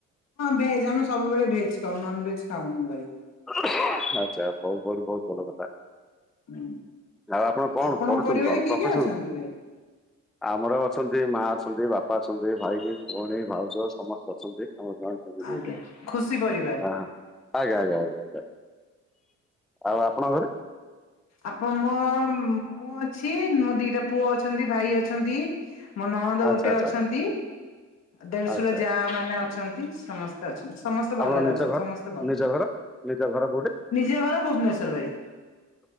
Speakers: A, on the left; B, in the centre.
A: ଭେଜ ଆମେ ସବୁବେଳେ ଭେଜ। ତ ନନ ଭେଜ ଖାଉନୁ ଭାଇ।
B: ଆଚ୍ଛା ବହୁ ବହୁତ ବହୁତ ଭଲ କଥା।
A: ହୁଁ,
B: ଆଉ ଆପଣ କଣ
A: ଆପଣଙ୍କ
B: କରୁଛନ୍ତି
A: ପରିବାରରେ
B: କଣ
A: କିଏ
B: ପ୍ରଫେସନାଲ?
A: କିଏ ଅଛନ୍ତି, ଭାଇ?
B: ଆମର ଅଛନ୍ତି ମା ଅଛନ୍ତି, ବାପା ଅଛନ୍ତି, ଭାଇ, ଭଉଣୀ ଭାଉଜ ସମସ୍ତେ ଅଛନ୍ତି। ଆମର ଜଏଣ୍ଟ
A: ଆଜ୍ଞା
B: ଏବେ।
A: ଖୁସି ପରିବାର।
B: ହଁ -ହଁ। ଆଜ୍ଞା ଆଜ୍ଞା ଆଜ୍ଞା ଆଜ୍ଞା, ଆଉ ଆପଣଙ୍କ ଘରେ?
A: ଆପଣ ମୋ, ମୁଁ ଅଛି। ମୋ ଦିଟା ପୁଅ ଅଛନ୍ତି। ଭାଇ ଅଛନ୍ତି। ମୋ ନଣନ୍ଦ
B: ଆଚ୍ଛା
A: ଗୋଟେ
B: ଆଚ୍ଛା
A: ଅଛନ୍ତି। ଦେଢଶୁର
B: ଆଚ୍ଛା
A: ଯା ମାନେ ଅଛନ୍ତି। ସମସ୍ତେ ଅଛନ୍ତି। ସମସ୍ତେ
B: ଆପଣଙ୍କ
A: ଭଲରେ
B: ନିଜ
A: ଅଛନ୍ତି।
B: ଘର
A: ସମସ୍ତେ ଭଲ
B: ନିଜ ଘର ନିଜ ଘର କୋଉଠି?
A: ନିଜେ ଘର ଭୁବନେଶ୍ଵର ଭାଇ।